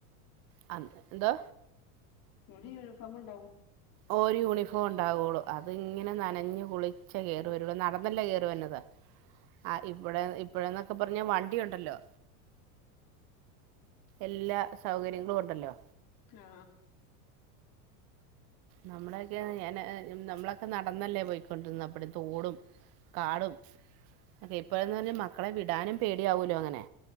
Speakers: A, on the right; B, on the left.
A: പറഞ്ഞ എന്തോ
B: <unintelligible> യൂണിഫോമുണ്ടാവും
A: ഒരുയൂണിഫോം ഉണ്ടാവൊള്ളു അത് ഇങ്ങനെ നനഞ്ഞു കുളിച്ച കേറി വരുള്ളൂ നടന്നല്ലെ കേറി വന്നത് ആ ഇവിടെ ഇപ്പഴന്നൊക്കെ പറഞ്ഞാ വണ്ടിയൊണ്ടല്ലോ എല്ലാ സൗകര്യങ്ങളും ഉണ്ടല്ലോ
B: ആ
A: നമ്മളൊക്കെ ഞാന നമ്മളൊക്കെ നടന്നല്ലേ പോയിക്കൊണ്ടിന്ന അപ്പട തോടും കാടും അത ഇപ്പോഴന്ന് പറഞ്ഞ മക്കളെ വിടാനും പേടിയാവൂലോ അങ്ങനെ